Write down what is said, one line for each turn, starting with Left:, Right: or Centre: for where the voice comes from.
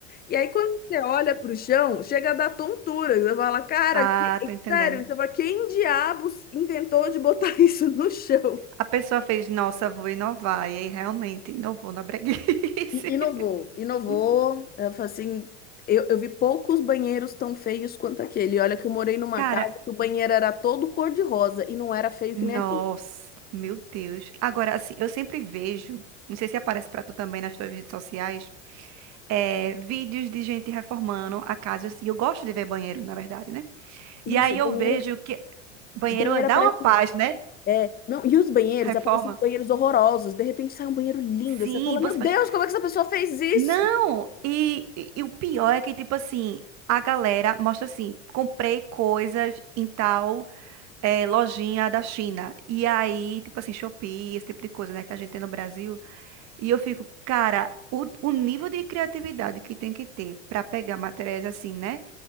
Left: E aí quando você olha pro chão, chega a dar tontura, você fala, cara,
Right: Ah,
Left: que-
Right: tô entendendo.
Left: sério, você fala, quem diabos inventou de botar <laughs> isso no chão?
Right: A pessoa fez, nossa, vou inovar. E aí realmente inovou na breguice.
Left: I- Inovou, inovou.
Right: <laughs>
Left: Eu falei assim, eu, eu vi poucos banheiros tão feios quanto aquele. E Olha que eu morei numa
Right: Cara,
Left: casa que o banheiro era todo cor-de-rosa e não era feio
Right: nossa,
Left: que nem aquele.
Right: meu Deus. Agora, assim, eu sempre vejo, não sei se aparece pra tu também nas tuas redes sociais, eh, vídeos de gente reformando a casa. E eu gosto de ver banheiro, na verdade, né?
Left: Nossa,
Right: E aí
Left: o banheiro,
Right: eu vejo que banheiro
Left: o banheiro
Right: dá
Left: aparece.
Right: uma paz, né?
Left: É, não, e os banheiros,
Right: Reforma.
Left: aparecem banheiros horrorosos. De repente sai um banheiro lindo.
Right: Sim,
Left: Você fala,
Right: você
Left: meu
Right: faz.
Left: Deus, como é que essa pessoa fez isso?
Right: Não! E, e- e o pior é que, tipo assim, a galera mostra assim: comprei coisas em tal. é, lojinha da China. E aí, tipo assim, Shopee, esse tipo de coisa, né, que a gente tem no Brasil. E eu fico, cara, o, o nível de criatividade que tem que ter para pegar materiais assim, né,